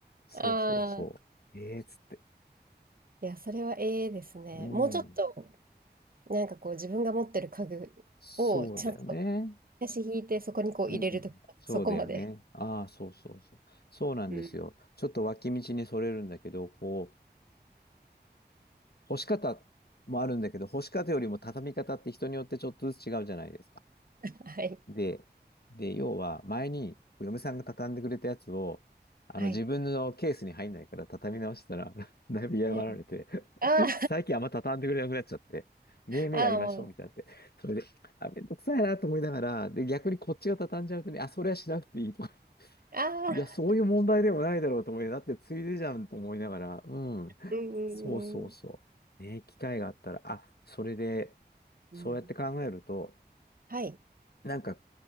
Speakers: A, on the left; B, on the right.
A: そうそうそう。
B: <laughs> ああ。
A: ええー、つって。
B: <laughs> いや、それはええですね。
A: うん。
B: もうちょっと、なんかこう、自分が持ってる家具を、
A: そうだよね。
B: ちゃんと、足引いて、そこにこう入れるとか、
A: うん。そうだよね。
B: そこまで。
A: ああ、そうそうそう。そうなんですよ。
B: うん。
A: ちょっと脇道にそれるんだけど、こう、干し方もあるんだけど、干し方よりも畳み方って人によってちょっとずつ違うじゃないですか。
B: はい。
A: で、で、要は前に嫁さんが畳んでくれたやつを、あの自分のケースに入んないから畳み直したら
B: はい。
A: <laughs> だいぶ嫌がられて
B: ねあ
A: <laughs> 最近あんま畳んでくれなくなっちゃって、めいめいやりましょうみたいになって、
B: あ、<laughs> ああ、もう、
A: それで、あ、めんどくさいなと思いながら、で、逆にこっちが畳んじゃうとね、あ、それはしなくていいとか、
B: ああ、
A: いや、そういう問題でもないだろうと思い、だってついでじゃんと思いながら、うん、
B: うんう
A: そうそうそう。
B: んうん。
A: ね、機会があったら、あ、それで、
B: うん
A: そうやって考えると、
B: はい。
A: なんか